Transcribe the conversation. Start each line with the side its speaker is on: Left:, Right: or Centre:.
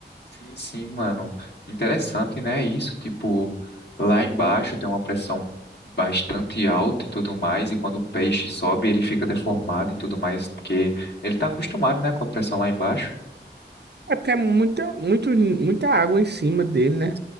Left: sim, sim, mano. Interessante, né? Isso, tipo, lá embaixo tem uma pressão bastante alta e tudo mais, e quando o peixe sobe, ele fica deformado e tudo mais, porque ele tá acostumado, né, com a pressão lá embaixo.
Right: É porque é muita, muito, muita água em cima dele, né?